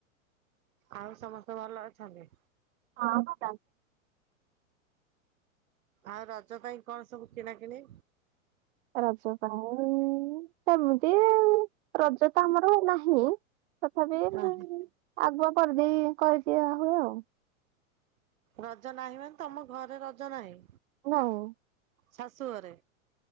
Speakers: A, on the right (about 75°); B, on the right (about 50°).
A: ଆଉ ସମସ୍ତେ ଭଲ ଅଛନ୍ତି।
B: ହଁ
A: ଆଉ ରଜ ପାଇଁ କଣ ସବୁ କିଣା କିିଣି?
B: ରଜ ପାଇଁ ସେମିତି ରଜ ତ ଆମର ନାହିଁ। ତଥାପି
A: ଓହୋ
B: ଆଗୁଆ କରିଦେଇ କରିଦିଏ ଆ ହୋଉ।
A: ରଜ ନାହିଁ ମାନେ ତମ ଘରେ ରଜ ନାହିଁ।
B: ହେଲା ଆଉ।
A: ଶାଶୁ ଘରେ।